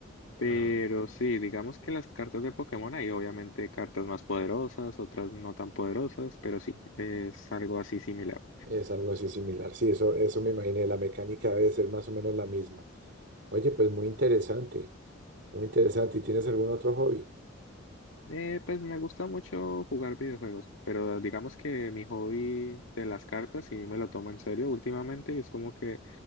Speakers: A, on the left; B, on the right.
A: pero
B: Ajá,
A: sí, digamos que las cartas de Pokémon hay obviamente cartas más poderosas, otras no tan poderosas, pero sí, es algo así similar.
B: es algo así similar. Sí, eso, eso me imaginé, la mecánica debe ser más o menos la misma. Oye, pues muy interesante. Muy interesante. ¿Y tienes algún otro hobby?
A: Eh, pues me gusta mucho jugar videojuegos, pero digamos que mi hobby de las cartas sí me lo tomo en serio últimamente y es como que